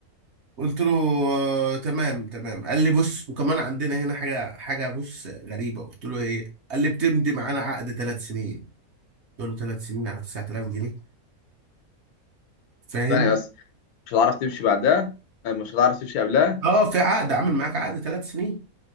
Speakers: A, on the right; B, on the left.
A: قلت له آه تمام تمام قال لي بص وكمان عندنا هنا حاجه حاجه بص غريبه قلت له ايه قال لي بتمضي معانا عقد ثلاث سنين قلت له ثلاث سنين على 9000 جنيه فاهم
B: ثانيه بس مش هتعرف تمشي بعدها آه، مش هتعرف تمشي قبلها
A: اه في عقد عامل معاك عقد ثلاث سنين